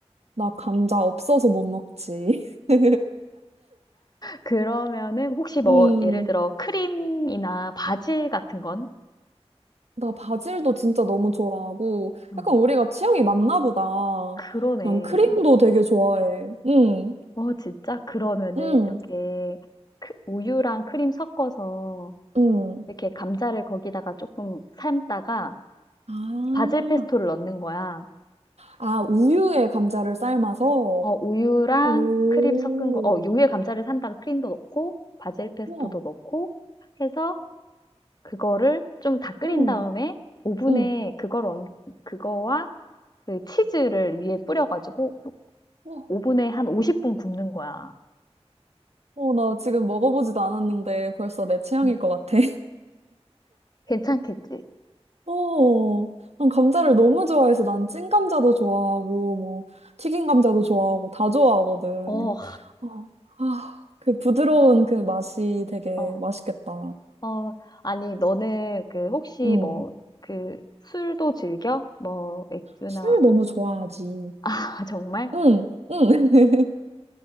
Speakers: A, on the right; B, on the left.
A: 나 감자 없어서 못 먹지. <laughs>
B: 그러면은 혹시 뭐,
A: 음,
B: 예를 들어 크림이나 바질 같은 건?
A: 나 바질도 진짜 너무 좋아하고,
B: 어,
A: 약간 우리가 취향이 맞나 보다.
B: 그러네.
A: 난 크림도 되게 좋아해. 음,
B: 어, 진짜? 그러면은
A: 음,
B: 이렇게 크- 우유랑 크림 섞어서
A: 음.
B: 이렇게 감자를 거기다가 조금 삶다가
A: 아,
B: 바질 페스토를 넣는 거야.
A: 아, 우유에 감자를 삶아서?
B: 어, 우유랑
A: 오,
B: 크림 섞은 거, 어, 우유에 감자를 산다가 크림도 넣고, 바질 페스토도
A: 와,
B: 넣고 해서 그거를 좀 다 끓인
A: 음,
B: 다음에 오븐에
A: 음,
B: 그걸 얹, 그거와 그 치즈를 위에 뿌려가지고
A: 와.
B: 오븐에 한 50분 굽는 거야.
A: 어, 나 지금 먹어보지도 않았는데 벌써 내 취향일
B: 음.
A: 것 같아.
B: 괜찮겠지?
A: 어, 난 감자를 너무 좋아해서 난 찐감자도 좋아하고, 뭐, 튀긴 감자도 좋아하고, 다 좋아하거든.
B: 어, 어.
A: 어, 아, 그 부드러운 그 맛이 되게
B: 어,
A: 맛있겠다.
B: 어, 아니, 너는 그 혹시
A: 응.
B: 뭐, 그 술도 즐겨? 뭐, 맥주나,
A: 술 너무
B: <laughs>
A: 좋아하지.
B: 아, 정말?
A: 응, 응. <laughs>